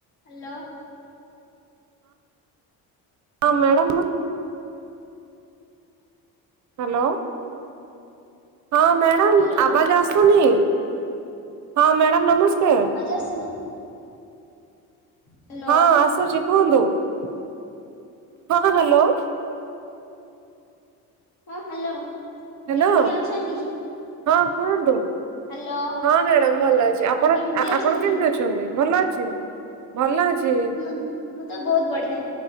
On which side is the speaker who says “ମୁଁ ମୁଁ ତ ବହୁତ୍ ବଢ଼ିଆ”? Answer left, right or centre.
Left